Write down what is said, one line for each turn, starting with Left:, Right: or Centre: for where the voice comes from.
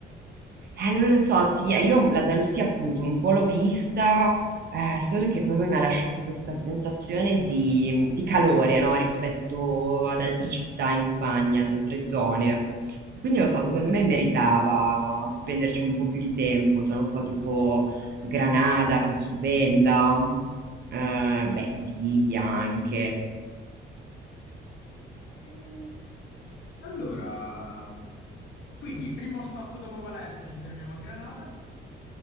Right: Eh, non lo so, sì, eh, io l'Andalusia appunto un po' l'ho vista, eh, solo che proprio mi ha lasciato questa sensazione di, di calore, no, rispetto ad altre città in Spagna, ad altre zone. Quindi non lo so, secondo me meritava spenderci un po' più di tempo, cioè non so, tipo Granada, che è stupenda, eh, vabbè, Siviglia anche.
Left: Eh, Allora, Quindi, primo stop dopo Valencia, ci fermiamo a Granada.